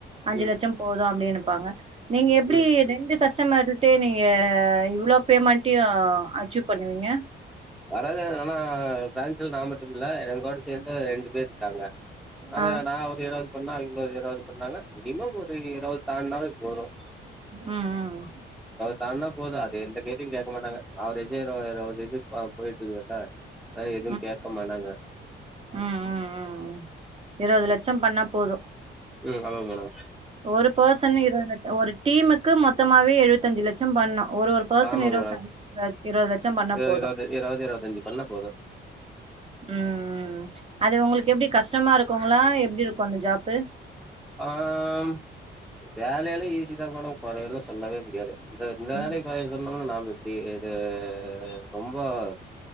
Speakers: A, on the right; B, in the centre.
A: அஞ்சுலட்சம்
B: ம்
A: போதும் அப்படினு ப்பாங்க நீங்க எப்டி
B: ம்
A: ரெண்டு கஸ்டமர்டே நீங்க ஹ இவ்ளோ பேமெண்டயும் அச்சீவ் பண்ணுவீங்க
B: வரது என்னா பிரான்சுல நா மட்டுல்ல எங்கோட சேர்ந்த ரெண்டு பேரு இருக்காங்க நாங்க
A: ஆ
B: நா அவர் ஏதாவது பண்ணா இப்ப இருபது பண்ணாங்க மினிமம் ஒரு இருவது தான்டுனாவே போதும்
A: உம் ம்
B: தா நா போதும் அது எந்த கேள்வியும் கேட்க மாட்டாங்க அவுரேஜா இருவது அப்பா போயிட்டு வர்டா ஹ எதுவும்
A: ம்
B: கேட்க மாட்டாங்க
A: ம் ம் உம் இருபதுலட்சம்
B: ம்
A: பண்ணா போதும்
B: ம் ஆமாங்க மேடம்
A: ஒரு பசனே இருபது லட்சம் ஒரு டீமூக்கு மொத்தமாவே எழுவத்தஞ்சு லட்சம் பண்ணும் ஒரு ஒரு பெர்சன்
B: ஆமாங்க
A: <inaudible>
B: மேடம்
A: இருபது லட்சம் பண்ணா
B: இருவது
A: போதும்
B: இருவது இருவது இருவத்தஞ்சு பண்ணா போது
A: உம் ம் அது உங்களுக்கு எப்டி கஷ்டமா இருக்குங்களா எப்டி இருக்கும் அந்த ஜாப்பு
B: ஆஹ் வேலையல்லாம் ஈசி தா மேடம் குறைஎல்லாம் சொல்லவே முடியாது இந்த இந்திரி
A: ம்
B: பய சொன்னோம்ன்ன நானு இப்படி இது ரொம்ப ச்ச்